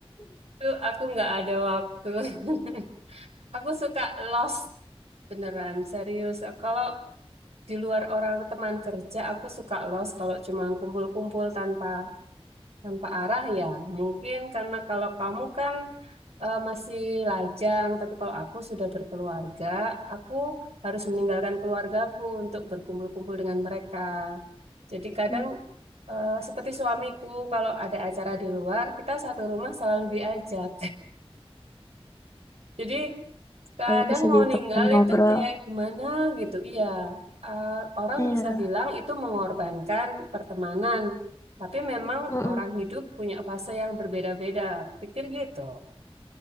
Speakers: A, on the right; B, on the left.
A: Itu aku nggak ada waktu. <laughs> Aku suka lost beneran serius. Kalau di luar orang teman kerja, aku suka lost kalau cuma kumpul-kumpul tanpa Tanpa arah ya, mungkin karena kalau kamu kan eh, masih lajang, tapi kalau aku sudah berkeluarga, aku harus meninggalkan keluargaku untuk berkumpul-kumpul dengan mereka. Jadi kadang
B: Hmm,
A: eh, seperti suamiku, kalau ada acara di luar, kita satu rumah selalu diajak. <laughs> Jadi
B: supaya
A: Kadang
B: bisa
A: mau
B: jadi
A: ninggal
B: teman ngobrol
A: itu kayak gimana gitu. Iya, eh, orang
B: iya
A: bisa bilang itu mengorbankan pertemanan, tapi memang
B: Mm-mm.
A: orang hidup punya fase yang berbeda-beda. Pikir gitu.